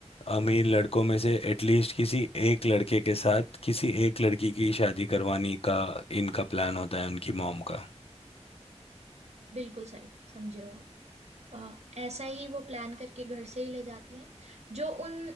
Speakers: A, on the left; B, on the right.
A: अमीर लड़कों में से एटलीस्ट किसी एक लड़के के साथ किसी एक लड़की की शादी करवाने का इनका प्लान होता है उनकी मॉम का
B: बिल्कुल सही समझे हो आप अ, ऐसा ही वो प्लान करके घर से ही ले जाती हैं जो उन